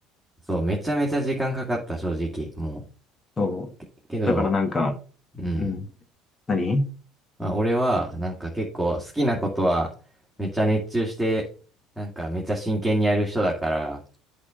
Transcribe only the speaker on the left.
そう。
だからなんか、
うん。何